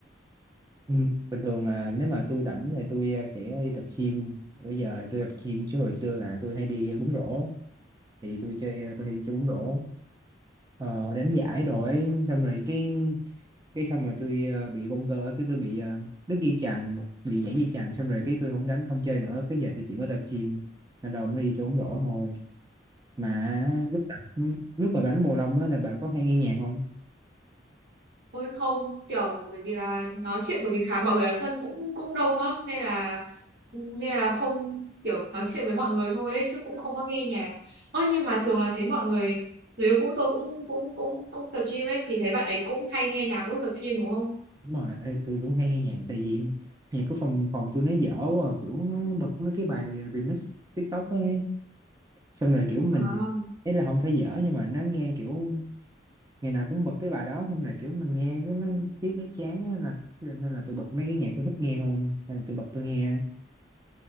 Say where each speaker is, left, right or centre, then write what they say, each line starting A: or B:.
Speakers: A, on the right; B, on the right.
A: Ừm, bình thường là nếu mà tôi rảnh thì tôi ờ, sẽ đi tập gym bây giờ tôi tập gym chứ hồi xưa là tôi hay đi ờ, bóng rổ thì tôi chơi ờ, tôi hay đi chơi bóng rổ ờ, đánh giải rồi xong rồi cái cái xong rồi tôi ờ, bị bong gơ cái tôi bị ờ, đứt dây chằng bị giãn dây chằng xong rồi cái tôi không đánh không chơi nữa cái giờ tôi chỉ có tập gym nên là mới đi chơi bóng rổ thôi mà lúc tập lúc mà đánh cầu lông á là bà có hay nghe nhạc không
B: Ôi không kiểu bởi vì là nói chuyện bởi vì khá mọi người ở sân cũng cũng đông á nên là nên là không kiểu nói chuyện với mọi người thôi ấy, chứ cũng không có nghe nhạc. Ơ nhưng mà thường là thấy mọi người người yêu cũ tôi cũng cũng cũng cũng tập gym ấy thì thấy bạn ấy cũng hay nghe nhạc lúc tập gym đúng không?
A: đúng rồi Ê, tôi cũng hay nghe nhạc tại vì nhạc của phòng phòng tôi nó dở quá, à, kiểu nó bật mấy cái bài remix TikTok ấy xong rồi kiểu mình
B: À,
A: ấy là không phải dở nhưng mà nó nghe kiểu ngày nào cũng bật cái bài đó xong rồi kiểu mình nghe cái nó tiếc nó chán á, là nên là tôi bật mấy cái nhạc tôi thích nghe hơn nên là tôi bật tôi nghe